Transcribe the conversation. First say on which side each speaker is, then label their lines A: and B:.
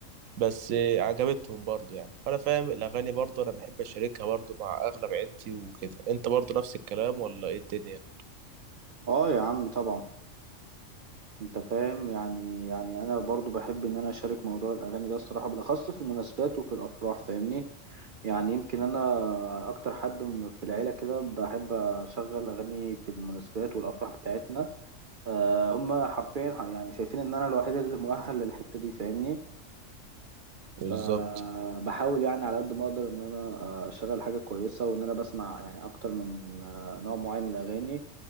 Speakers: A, on the right; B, on the right.
A: بس عجبتهم برضو يعني فأنا فاهم الأغاني برضو أنا بحب أشاركها برضو مع أغلب عيلتي وكده أنت برضو نفس الكلام ولا إيه الدنيا؟
B: اه يا عم طبعا انت فاهم يعني يعني انا برضو بحب ان انا اشارك موضوع الاغاني ده الصراحه بالاخص في المناسبات وفي الافراح فاهمني يعني يمكن انا اكتر حد م- في العيله كده بحب اشغل اغاني في المناسبات والافراح بتاعتنا أه هم حرفيا ح- يعني شايفين ان انا الوحيد اللي مؤهل للحته دي فاهمني
A: بالظبط
B: فبحاول يعني على قد ما اقدر ان انا آه، اشغل حاجه كويسه وان انا بسمع يعني اكتر من آه، نوع معين من الاغاني